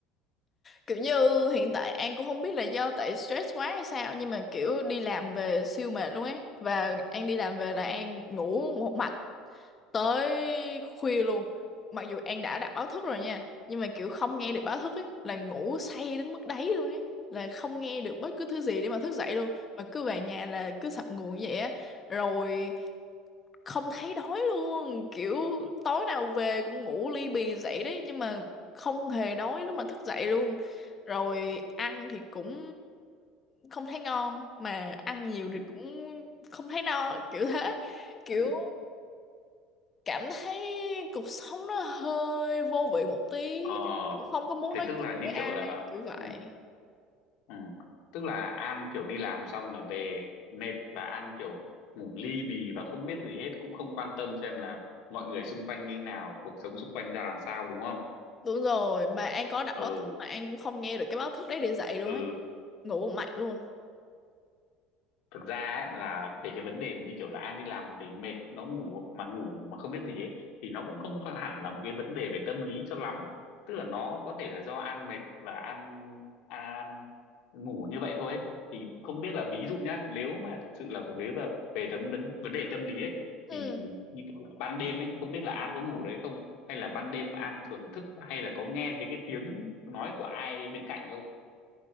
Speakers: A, on the left; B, on the left.
A: kiểu như hiện tại An cũng không biết là do tại stress quá hay sao nhưng mà kiểu đi làm về siêu mệt luôn ấy và An đi làm về là An ngủ một mạch tới khuya luôn mặc dù An đã đặt báo thức rồi nha nhưng mà kiểu không nghe được báo thức ấy là ngủ say đến mức đấy luôn ấy là không nghe được bất cứ thứ gì để mà thức dậy luôn mà cứ về nhà là cứ sập nguồn như vậy á rồi không thấy đói luôn kiểu tối nào về cũng ngủ ly bì dậy đấy nhưng mà không hề đói lúc mà thức dậy luôn rồi ăn thì cũng không thấy ngon mà ăn nhiều
B: Ừ.
A: thì cũng không thấy no kiểu thế kiểu
B: Ừ.
A: cảm thấy cuộc sống nó hơi vô vị một tí
B: Ờ.
A: cũng không có muốn
B: Thế
A: nói
B: tức
A: chuyện
B: là như
A: với ai
B: kiểu là
A: kiểu vậy
B: ừ. Ừ. Tức là An kiểu đi làm xong là về mệt và An kiểu ngủ ly bì và không biết gì hết cũng không quan tâm xem là mọi người xung quanh như nào, cuộc sống xung quanh ra làm sao đúng không?
A: đúng rồi mà An có đặt
B: Ừ.
A: báo thức mà An cũng không nghe được cái báo thức đấy để dậy luôn
B: Ừ.
A: ấy ngủ một mạch luôn
B: thực ra ấy, là về cái vấn đề mà như kiểu là An đi làm về mệt nó ngủ mà ngủ mà không biết gì ấy thì nó cũng không phải hẳn là một cái vấn đề về tâm lý cho lắm tức là nó có thể là do An mệt và An An ngủ như vậy thôi ấy. thì không biết là ví dụ nhá nếu mà thực sự là về về, về tấm vấn vấn đề tâm lý ấy
A: ừ
B: thì như kiểu là ban đêm ấy không biết là An có ngủ đấy không hay là ban đêm An thường thức hay là có nghe thấy cái tiếng nói của ai bên cạnh không